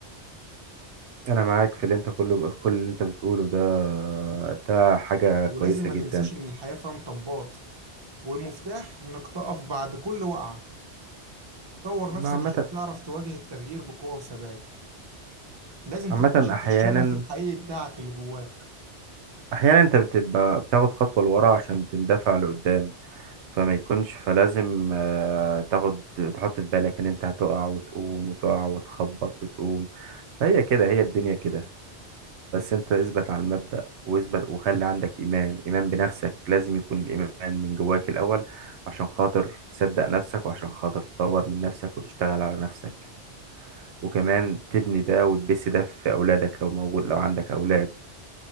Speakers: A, on the right; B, on the right.
A: أنا معاك في اللي أنت كله كل اللي أنت بتقوله ده ده حاجة
B: ولازم
A: كويسة
B: ما
A: جدا
B: تنساش إن الحياة فيها مطبات والمفتاح إنك تقف بعد كل وقعة طور نفسك
A: عامة
B: عشان تعرف تواجه التغيير بقوة وثبات لازم
A: عامة
B: تكتشف
A: أحيانا
B: الشغف الحقيقي بتاعك اللي جواك
A: أحيانا أنت بتبقى بتاخد خطوة لورا عشان تندفع لقدام فما يكونش فلازم آه، تاخد تحط في بالك إن أنت هتقع وتقوم وتقع وتخبط وتقوم فهي كده هي الدنيا كده بس انت اثبت على المبدأ واثبت وخلي عندك ايمان ايمان بنفسك لازم يكون الايمان من جواك الاول عشان خاطر تصدق نفسك وعشان خاطر تطور من نفسك وتشتغل على نفسك وكمان تبني ده وتبث ده في اولادك لو موجود لو عندك اولاد